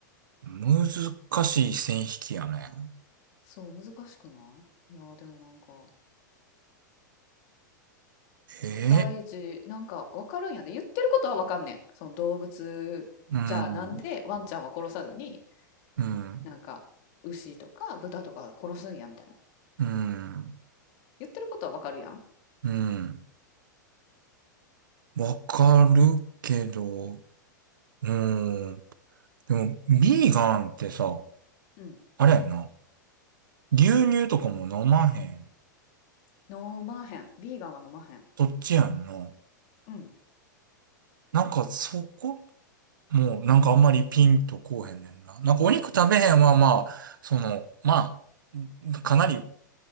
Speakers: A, on the right; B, on the left.
A: うん。難しい線引きやね。
B: そう難しくないいやーでもなんか
A: ええ
B: 大事なんか分かるんやで言ってることは分かんねんその動物じゃあなんでワンちゃんは殺さずに
A: うん。うん。
B: なんか牛とか豚とか殺すんやみたいな
A: うん。
B: 言ってることは分かるやん
A: うん。わかるけど、うん。でも、ビーガンってさ、
B: うん
A: あれやな。牛乳とかも飲まへん。
B: 飲まへんビーガンは飲まへん
A: そっちやんな。
B: うん
A: なんかそこもうなんかあんまりピンとこうへんねんな。なんかお肉食べへんはまあ、その、まあ、かなり